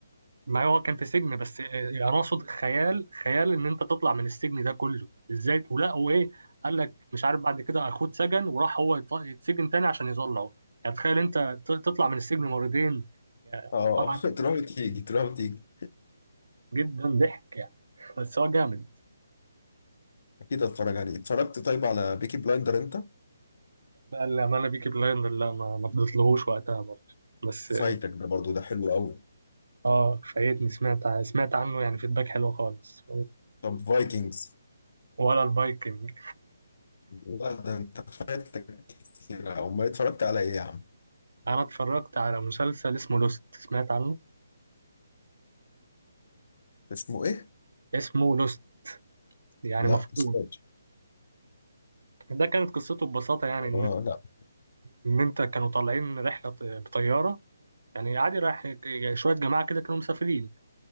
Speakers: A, on the right; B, on the left.
A: ما هو كان في سجن بس آه، انا اقصد خيال خيال ان انت تطلع من السجن ده كله ازاي ولا هو ايه قال لك مش عارف بعد كده اخوه اتسجن وراح هو يط- يتسجن تاني عشان يطلعه يعني تخيل انت ت- تطلع من السجن مرتين يعني
B: اه
A: طبعا
B: <laughs> تروح وتيجي تروح وتيجي
A: جدا ضحك يعني بس هو جامد
B: اكيد هتفرج عليه اتفرجت طيب على بيكي بلايندر انت
A: بقى الامانه بيكي بلايندر لا ما ما فضلتلهوش وقتها برضه بس
B: فايتك ده برضو ده حلو قوي
A: اه فايتني سمعت ع- سمعت عنه يعني فيدباك حلو خالص
B: طب فايكنجز
A: ولا الفايكنج
B: لا ده انت فايتك كتير او ما اتفرجت على ايه يا عم
A: انا اتفرجت على مسلسل اسمه لوست سمعت عنه
B: اسمه ايه
A: اسمه لوست يعني
B: لا
A: مفقود
B: مش فاكر
A: ده كانت قصته ببساطة يعني إن
B: اه لا
A: إن أنت كانوا طالعين رحلة ط- بطيارة يعني عادي رايح ج- شوية جماعة كده كانوا مسافرين